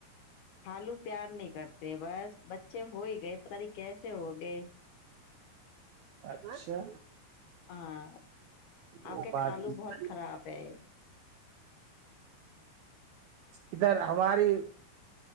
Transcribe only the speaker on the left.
ہالو پیار نہیں کرتے بس بچے ہو ہی گئے پت نہیں کیسے ہو گئے
ہاں
آپ کے
کالو بہت خراب ہے